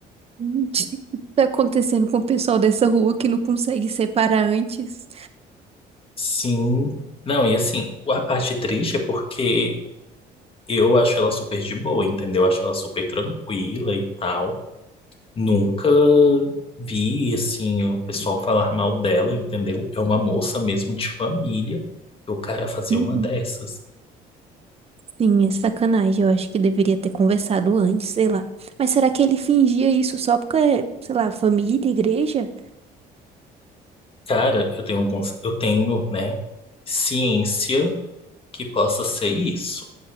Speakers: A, on the right; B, on the left.
A: Hum, O que está acontecendo com o pessoal dessa rua que não consegue separar antes?
B: Sim. Não, e assim, a parte triste é porque eu acho ela super de boa, entendeu? Eu acho ela super tranquila e tal. Nunca vi, assim, o pessoal falar mal dela, entendeu? É uma moça mesmo de família. E o cara fazer
A: Uhum.
B: uma dessas.
A: Sim, é sacanagem. Eu acho que deveria ter conversado antes, sei lá. Mas será que ele fingia isso só porque, sei lá, família, igreja?
B: Cara, eu tenho alguns, eu tenho, né, ciência que possa ser isso.